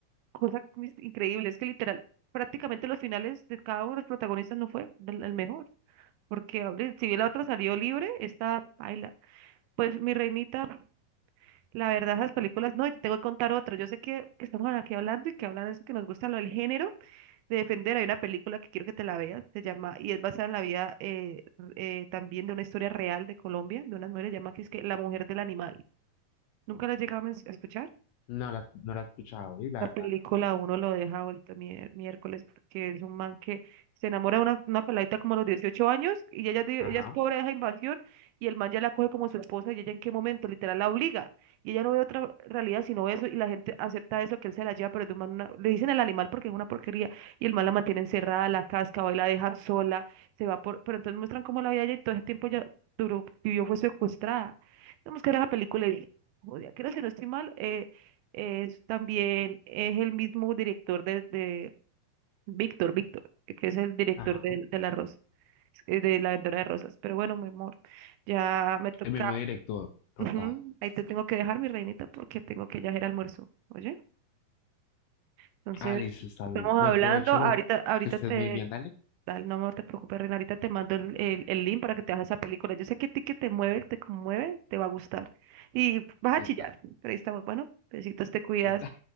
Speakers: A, on the right; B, on the left.
A: cosa mis- increíble. Es que literal, prácticamente los finales de cada uno de los protagonistas no fue el, el mejor. Porque, hombre, si bien la otra salió libre, esta baila. Pues mi reinita, la verdad, esas películas, no, y te tengo que contar otra. Yo sé que, que estamos aquí hablando y que hablan de eso que nos gusta, lo del género de defender. Hay una película que quiero que te la veas, se llama, y es basada en la vida eh, eh, también de una historia real de Colombia, de unas mujeres, se llama que es que La Mujer del Animal. ¿Nunca la has llegado a men- a escuchar?
B: no la, no la he escuchado y la
A: La
B: verdad,
A: película
B: no.
A: a uno lo deja vuelto mier- miércoles porque es un man que se enamora de una, una peladita como a los dieciocho años y ella, ya di- ella
B: Ajá,
A: es pobre, deja invasión y el man ya la coge como su esposa y ella en qué momento, literal, la obliga. Y ella no ve otra realidad sino eso y la gente acepta eso, que él se la lleva, pero es de un man una- le dicen el animal porque es una porquería y el man la mantiene encerrada, la casca, va y la deja sola, se va por... Pero entonces muestran cómo la vida de ella y todo ese tiempo ya duró, vivió, fue secuestrada. Tenemos que ver esa película y... Joder, creo que si no estoy mal. Eh, es también es el mismo director de, de Víctor, Víctor, que es el director
B: ajá,
A: de, de La Rosa, eh, de La Vendedora de Rosas. Pero bueno, mi amor, ya me toca.
B: el mismo
A: <laughs>
B: director, total.
A: Ujú, Ahí te tengo que dejar, mi reinita, porque tengo que ya hacer almuerzo. Oye, entonces
B: Alice, está bien.
A: estamos
B: Buen
A: hablando.
B: provecho,
A: Ahorita,
B: bueno,
A: ahorita
B: que estés
A: te.
B: muy bien, dale.
A: Dale, no, amor, te preocupes, reina. Ahorita te mando el, el, el link para que te hagas esa película. Yo sé que a ti que te mueve, te conmueve, te va a gustar. Y vas
B: Total,
A: a chillar. Pero ahí estamos. Bueno, besitos, te cuidas.
B: total.